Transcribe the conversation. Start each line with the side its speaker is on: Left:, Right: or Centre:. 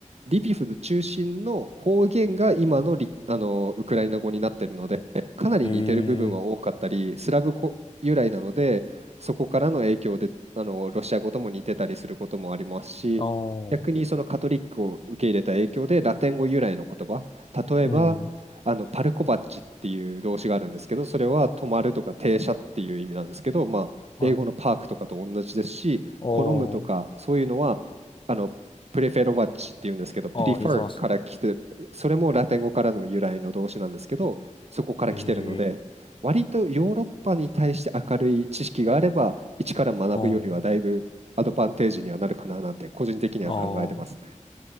Right: リビフの中心の方言が今のリ、あのウクライナ語になってるので、かなり似てる部分は多かったり、
Left: ええ、
Right: スラブ語由来なので、そこからの影響であのロシア語とも似てたりすることもありますし、
Left: ああ。
Right: 逆にそのカトリックを受け入れた影響でラテン語由来の言葉、例えばあのパルコバッチっていう動詞があるんですけど、
Left: うん。
Right: それは止まるとか停車っていう意味なんですけど、まあ、
Left: はい。
Right: 英語のパークとかと同じですし、
Left: おー。
Right: 好むとか、そういうのは、あの、プレフェロバッチっていうんですけど、プリファーから来てる、
Left: ああ、似てますね。
Right: それもラテン語からの由来の動詞なんですけど、そこから来てるので、
Left: おー。ええ
Right: 割とヨーロッパに対して明るい知識があれば、一から学ぶよりはだいぶアドバンテージにはなるかななんて、
Left: ー。おー。
Right: 個人的には考えてますね。
Left: ああ。